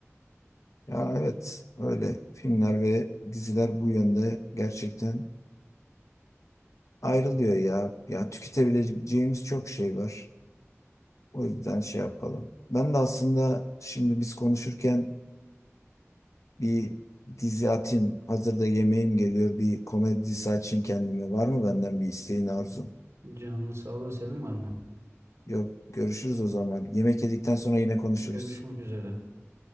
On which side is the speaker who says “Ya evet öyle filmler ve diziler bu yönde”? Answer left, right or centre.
Left